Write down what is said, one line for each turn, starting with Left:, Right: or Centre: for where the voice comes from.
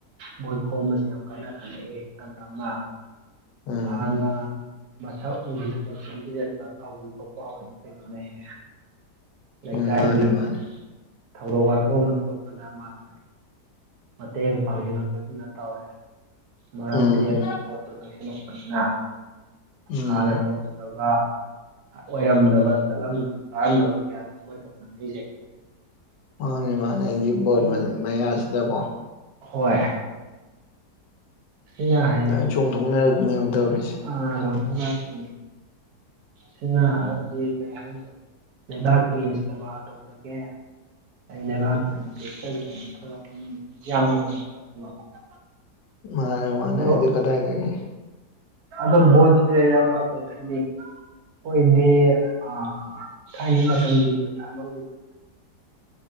Right: ꯕꯣꯠ ꯈꯣꯝꯕꯖꯦ ꯌꯥꯝ ꯀꯥꯟꯅ ꯈꯜꯂꯛꯑꯦ ꯇꯝ ꯇꯞꯅ
Left: ꯎꯝ
Right: ꯍꯥꯟꯅ ꯃꯁꯛ ꯎꯈꯤꯗꯕ ꯀꯦꯟꯗꯤꯗꯦꯠ <unintelligible> ꯊꯣꯛꯄ ꯍꯧꯔꯛꯏ ꯀꯩꯅꯣꯅꯦ ꯍꯦ ꯂꯩꯀꯥꯏꯒꯤ
Left: ꯎꯝ ꯃꯥꯅꯦ ꯃꯥꯅꯦ
Right: ꯊꯧꯗꯣꯛ ꯋꯥꯊꯣꯛ ꯑꯃ ꯊꯣꯛꯄꯗ ꯃꯥꯅ ꯃꯇꯦꯡ ꯄꯥꯡꯖꯤꯜꯂꯛꯄꯖꯤꯅ ꯇꯧꯔꯦ ꯃꯔꯝꯗꯤ
Left: ꯎꯝ
Right: ꯕꯣꯠꯇꯣ ꯅꯛꯁꯤꯜꯂꯛꯄꯅꯤꯅ
Left: ꯎꯝ
Right: ꯍꯥꯟꯅ ꯇꯧꯔꯝꯗꯕ ꯑꯣꯏꯔꯝꯗꯕ ꯆꯠꯂꯝꯗꯕ ꯆꯥꯔꯝꯗꯕ ꯀꯌꯥꯅꯤ ꯃꯣꯏꯅ ꯇꯧꯅꯔꯛꯢꯁꯦ
Left: ꯃꯥꯅꯦ ꯃꯥꯅꯦ ꯑꯩꯗꯤ ꯕꯣꯠ
Right: ꯁꯤꯅ
Left: ꯃꯌꯥꯁꯤꯗꯀꯣ
Right: ꯍꯣꯏ ꯢꯌꯥ ꯍꯥꯏꯌꯦ
Left: ꯂꯣꯏ ꯆꯣꯡꯊꯣꯛꯅꯔꯛꯄꯤꯅꯦꯕ ꯇꯧꯔꯤꯁꯦ
Right: ꯑꯥ ꯆꯣꯡꯊꯣꯛꯅꯔꯛꯄꯤꯅꯦ ꯁꯤꯅꯗꯤ ꯀꯩ ꯍꯥꯏꯅꯤ ꯂꯩꯕꯥꯛꯀꯤ ꯁꯦꯕꯥ ꯇꯧꯖꯒꯦ <unintelligible>
Left: ꯃꯥꯅꯦ ꯃꯥꯅꯦ
Right: ꯑꯗꯣ
Left: ꯑꯩꯗꯤ ꯀꯗꯥꯢꯗꯒꯤ
Right: ꯑꯗꯣ ꯕꯣꯠꯁꯦ ꯢꯌꯥꯝꯕ ꯀꯩ ꯍꯥꯏꯅꯤ ꯑꯣꯏꯗꯤ ꯑꯥ ꯊꯥꯏꯅꯩ ꯃꯇꯝꯒꯤ ꯄꯩꯁꯥ ꯂꯧ